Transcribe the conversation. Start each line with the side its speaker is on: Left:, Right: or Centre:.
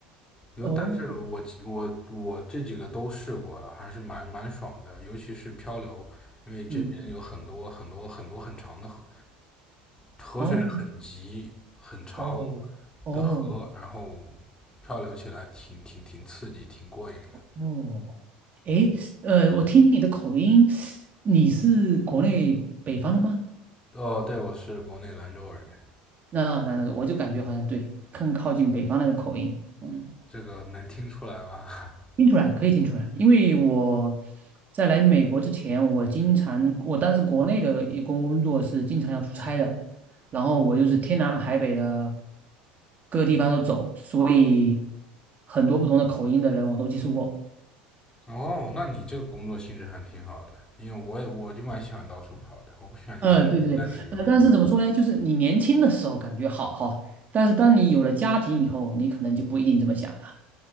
Left: 有，
Right: 哦，
Left: 但是我我我这几个都试过了，还是蛮蛮爽的，尤其是漂流，因为这边有很多很多很多很长的河，
Right: 嗯，
Left: 河水很急很长
Right: 哦哦哦
Left: 的河，然后漂流起来挺挺挺刺激，挺过瘾的。
Right: 哦。诶，呃，我听你的口音，你是国内北方的吗？
Left: 哦，对，我是国内兰州人，
Right: 那那我就感觉好像对，更靠近北方那个口音，嗯，
Left: 这个能听出来吗？<laughs>
Right: 听出来可以听出来，因为我在来美国之前，我经常我当时国内的一工工作是经常要出差的，然后我就是天南海北的各地方都走，所以很多不同的口音的人我都接触过。
Left: 哦，那你这个工作性质还挺好的，因为我也我就蛮喜欢到处跑的，我不喜欢一直待在一个地方。
Right: 呃，对对对，呃，但是怎么说呢？就是你年轻的时候感觉好哈，但是当你有了家庭以后，你可能就不一定这么想了。